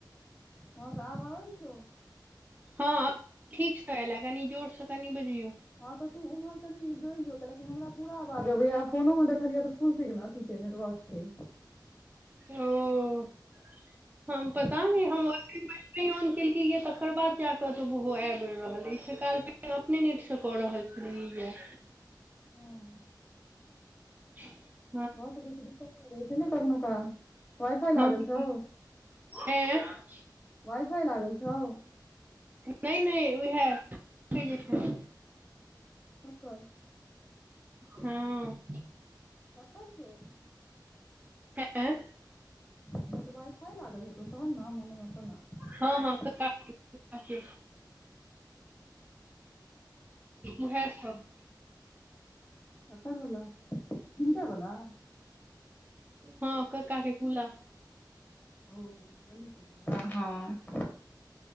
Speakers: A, on the left; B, on the right.
A: हँ तऽ आब आबै छो।
B: हँ आब ठीकसँ अयलए कनि जोरसँ कनि बजियौ।
A: हँ तऽ तू उम्हर तनि डोलि जो लेकिन हमरा पूरा आवाज अबैया फोनो मे देखलियै तऽ फुल सिगन अथि छै नेटवर्क छै।
B: ओ
A: कनि
B: हम पता
A: मनि
B: नहि हमर एप कऽ ऑन केलकैऽ तकर बाद जा कऽत ओहो आबि रहल इ सब काॅल हम अपने नेट से कऽ रहल छलियै ये।
A: हॅं
B: <inaudible>
A: भऽ सकय छै किछु दिक्कत भ रहै छै ने कखनो काल। वाइफाई
B: हम
A: लागल छौ।
B: ऐं
A: वाइ फाई लागल छौ।
B: नहि नहि उएह। <unintelligible>
A: ककर?
B: हँ
A: ककर छौ?
B: ऐं
A: नहि तऽ वाय-फाय लागल हेतो तहन न मने
B: हँ
A: बात
B: हँ
A: भऽ
B: कक्का
A: जाइ
B: के कका के उहे सब
A: ककड़ बला हुनकार बला
B: हँ कक्का के कूला
A: ओहो ललित बला हँ।